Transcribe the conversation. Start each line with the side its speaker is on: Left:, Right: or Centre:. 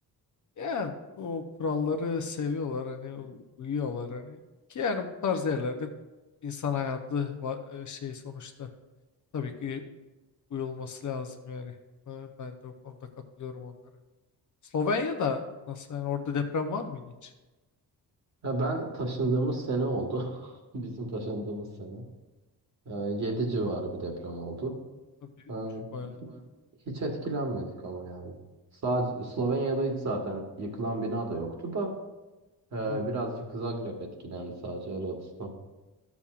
Left: Ya o kuralları seviyorlar hani uyuyorlar hani ki yani bu tarz yerlerde insan hayatı va- e, şey sonuçta tabii ki uyulması lazım yani. E, Ben de o konuda katılıyorum onlara. Slovenya'da nasıl yani orada deprem var mıydı hiç?
Right: Ya ben taşındığımız sene oldu. <laughs> Bizim taşındığımız sene. E, 7 civarı bir deprem oldu.
Left: O Büyükmüş
Right: Ha,
Left: bayağı.
Right: Baya- hiç etkilenmedik ama yani. Sadece Slovenya'da hiç zaten yıkılan bina da yoktu da e,
Left: Hmm.
Right: birazcık Zagreb etkilendi sadece Hırvatistan.